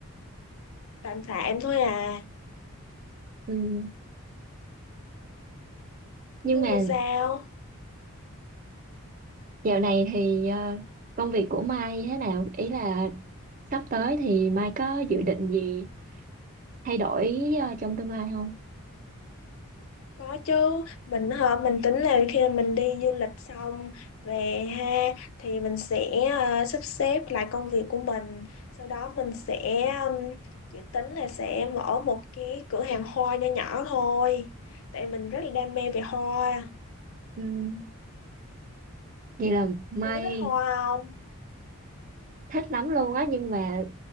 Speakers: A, on the left (about 65°); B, on the right (about 35°).
A: tạm tạm thôi à
B: Ừm, Nhưng
A: Hương
B: mà
A: thì sao
B: Dạo này thì ờ, công việc của Mai thế nào? Ý là sắp tới thì Mai có dự định gì thay đổi ờ, trong tương lai không?
A: có chứ mình hả mình tính là khi mà mình đi du lịch xong về ha thì mình sẽ ờ, sắp xếp lại công việc của mình sau đó mình sẽ um, chỉ tính là sẽ mở một cái cửa hàng hoa nho nhỏ thôi tại mình rất là đam mê về hoa
B: Ừm, Vậy là Mai
A: Hương có thích hoa không
B: thích lắm luôn á nhưng mà